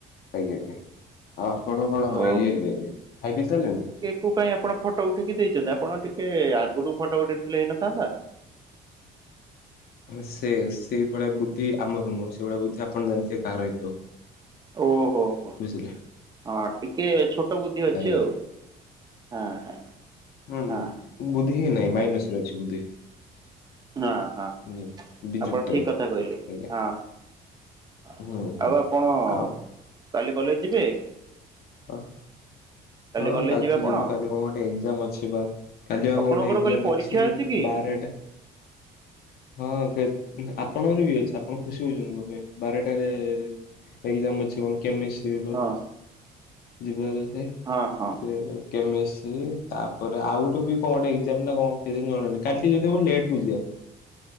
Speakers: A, on the left; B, on the right.
A: ଆଜ୍ଞା ଆଜ୍ଞା। ଆଉ ଆପଣ କଣ
B: ଓ।
A: ଇଏ ଖାଇ ପି ସାରିଲେଣି?
B: କୋଉ ପାଇଁ ଆପଣ ଫଟୋ ଉଠେଇକି ଦେଇଛନ୍ତି? ଆପଣ ଟିକେ ଆଗରୁ ଫଟୋ ଉଠେଇଥିଲେ ହେଇନଥାନ୍ତା।
A: ହଁ ସେ-ସେଇ ଭଳିଆ ବୁଦ୍ଧି ଆମର ନୁହଁ। ସେଇ ଭଳିଆ ବୁଦ୍ଧି ଆପଣ ଜାଣିଥିବେ କାହାର ହେଇଥିବ।
B: ଓହୋ ହୋ,
A: ବୁଝିଲେ।
B: ହଁ ଟିକେ ଛୋଟ ବୁଦ୍ଧି ଅଛି
A: ଆଜ୍ଞା
B: ଆଉ। ହଁ ହଁ।
A: ହୁଁ
B: ହଁ
A: ବୁଦ୍ଧି ହିଁ ନାହିଁ, ମାଇନସରେ ଅଛି ବୁଦ୍ଧି।
B: ହଁ ହଁ
A: ବୁଝିଲେ। ବିଯୁକ୍ତରେ
B: ଆପଣ ଠିକ୍ କଥା କହିଲେ।
A: ଆଜ୍ଞା
B: ହଁ। ଆ-ଆଉ
A: ହୁଁ ହୁଁ।
B: ଆପଣ
A: ଆଉ
B: କାଲି କଲେଜ ଯିବେ?
A: ହ। ହଁ
B: କଲେଜ
A: କାଲି
B: ଯିବେ
A: ତୁ
B: ଆପଣ
A: ଯିବୁ, କାଲି କଣ ଗୋଟେ ଏଗ୍ଜାମ ଅଛି ବା। କାଲି ବା କଣ
B: ଆପଣଙ୍କର
A: ଗୋଟେ ଏକ୍ଜାମ
B: କାଲି ପରୀକ୍ଷା
A: ଅଛି
B: କି
A: ବାରେଟା। ହଁ ଦେବ ଆପ ଆପଣଙ୍କର ବି ଅଛି, ଆପଣ ଖୁସି ହଉଛନ୍ତି କଣ ପାଇଁ? ବାରଟାରେ ଏଗ୍ଜାମ ଅଛି କଣ କେମିଷ୍ଟ୍ରୀ। ସେଇ ବା।
B: ହଁ
A: ଯିବାର ଅଛି।
B: ହଁ ହଁ।
A: ସେୟା ବା କେମେଶ୍ରି, ତାପରେ ଆଉ ଗୋଟେ ବି କଣ ଗୋଟେ ଏଗ୍ଜାମ ନା କଣ କେଜାଣି ଜଣାନାହିଁ। କାଲି ଟିକେ ଯଦି ହେବ ଲେଟକୁ ଯିଆ।